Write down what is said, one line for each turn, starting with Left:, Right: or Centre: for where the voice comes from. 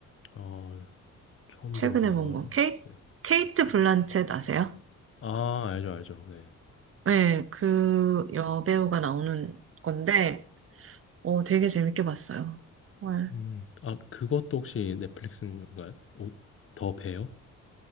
Left: 아, 아, 처음
Right: 최근에
Left: 들어보는
Right: 본
Left: 거라서.
Right: 거. 케이,
Left: 네.
Right: 케이트 블란쳇 아세요?
Left: 아, 알죠, 알죠. 네.
Right: 네, 그 여배우가 나오는 건데, 어, 되게 재밌게 봤어요. 정
Left: 음, 아, 그것도 혹시 넷플릭스인가요? 오, 더 베어?